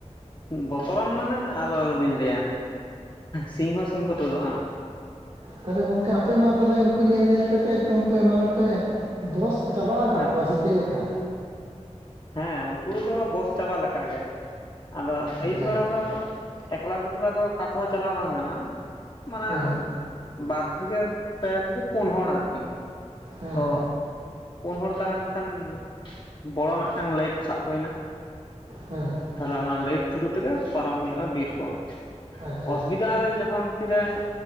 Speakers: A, on the left; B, on the right.
A: ᱵᱚᱛᱚᱨᱟᱱ ᱢᱟᱱᱮ ᱟᱨ ᱟᱞᱚᱵᱤᱱ ᱞᱟᱹᱭᱟ ᱥᱤᱧ ᱦᱚᱸᱥᱤᱧ ᱠᱚ ᱛᱩᱫᱚᱜᱼᱟ᱾
B: ᱛᱟᱦᱚᱞᱮ ᱜᱚᱢᱠᱮ ᱟᱯᱮ ᱢᱟ ᱛᱟᱦᱞᱮ ᱩᱱᱠᱩ ᱧᱮᱞ ᱧᱮᱞ ᱛᱮᱯᱮ ᱮᱠᱫᱚᱢ ᱯᱮ ᱢᱟᱱᱮ ᱯᱮ ᱵᱚᱥ ᱪᱟᱵᱟ ᱟᱠᱟᱜ
A: ᱦᱮᱸ
B: ᱠᱚᱣᱟ ᱥᱮ ᱪᱮᱜ ᱞᱮᱠᱟ?
A: ᱦᱮᱸ ᱩᱱᱠᱩ ᱫᱚ ᱵᱚᱥ ᱪᱟᱵᱟ ᱞᱮᱠᱟᱜ ᱜᱮ᱾ ᱟᱫᱚ ᱟᱹᱭᱩᱵ
B: ᱟᱪᱪᱷᱟ
A: ᱵᱮᱲᱟ
B: ᱟᱪᱪᱷᱟ
A: ᱫᱚ ᱮᱠᱞᱟᱫᱩᱠᱞᱟ ᱫᱚ ᱚᱠᱟᱛᱮ ᱦᱚᱸ ᱪᱟᱞᱟᱣ ᱵᱟᱝ ᱜᱟᱱᱚᱜ-ᱟ ᱢᱟᱱᱮ
B: ᱦᱮᱸ
A: ᱵᱟᱨ ᱛᱷᱮᱠᱮ ᱯᱮ ᱛᱷᱮᱠᱮ ᱯᱩᱱ ᱦᱚᱲ ᱟᱨᱠᱤ
B: ᱦᱮᱸ
A: ᱛᱚ
B: ᱦᱮᱸ
A: ᱯᱩᱱ ᱦᱚᱲ ᱛᱟᱦᱮᱸ ᱞᱮᱱ ᱠᱷᱟᱱ ᱵᱚᱲᱚ ᱢᱤᱜᱴᱟᱝ ᱞᱟᱹᱭᱤᱴ ᱥᱟᱵ ᱦᱩᱭᱱᱟ᱾
B: ᱦᱮᱸ,
A: ᱛᱟᱦᱚᱞᱮ ᱚᱱᱟ ᱞᱟᱹᱭᱤᱴ ᱛᱷᱨᱩ ᱛᱮᱜᱮ ᱯᱟᱨᱚᱢ ᱦᱩᱭᱩᱜ-ᱟ ᱵᱤᱨ ᱠᱚ
B: ᱟᱪᱪᱷᱟ ᱟᱪᱪᱷᱟ
A: ᱚᱥᱩᱵᱤᱫᱟ ᱨᱮ ᱡᱚᱠᱷᱚᱱ ᱛᱤ ᱨᱮ